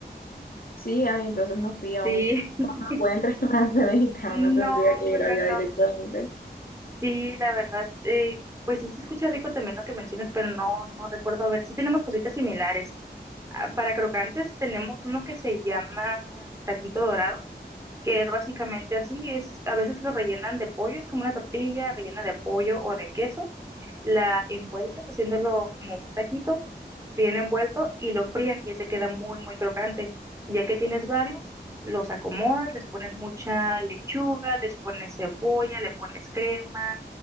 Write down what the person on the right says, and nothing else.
Sí.
<laughs>
No,
no,
no.
Sí, la verdad, eh, pues sí se escucha rico también lo que mencionas, pero no, no recuerdo. A ver, sí tenemos cositas similares. Ah, Para crocantes tenemos uno que se llama taquito dorado que es básicamente así, es, a veces lo rellenan de pollo, es como una tortilla rellena de pollo o de queso, la envuelves haciéndolo como un taquito, bien envuelto y lo fríen y ese queda muy, muy crocante. Y ya que tienes varios, los acomodas, les pones mucha lechuga, les pones cebolla, le pones crema,